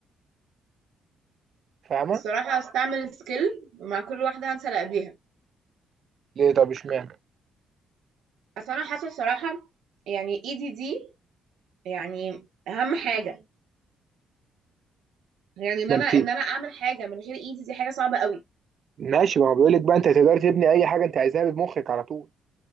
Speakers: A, on the right; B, on the right.
A: فاهمه
B: الصراحه هستعمل سكيل ومع كل واحده هنسى اللي قبليها
A: ليه طب اشمعنى
B: اصل انا حاسه الصراحه يعني ايدي دي يعني اهم حاجه يعني ان
A: ما
B: انا
A: انت
B: ان انا اعمل حاجه من غير ايدي دي حاجه صعبه قوي
A: ماشي ما هو بيقول لك بقى انت تقدر تبني اي حاجه انت عايزها بمخك على طول